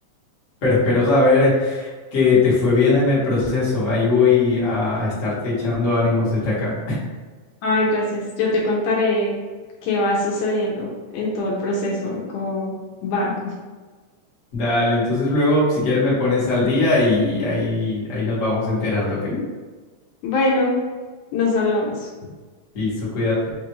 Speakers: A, on the left; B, on the left.
A: pero espero saber que te fue bien en el proceso. Ahí voy a estarte echando ánimos desde acá.
B: Ay, gracias. Yo te contaré qué va sucediendo en todo el proceso, cómo va.
A: Dale, entonces luego, si quieres, me pones al día y ahí, ahí nos vamos enterando, ¿ok?
B: Bueno, nos hablamos.
A: Listo, cuídate.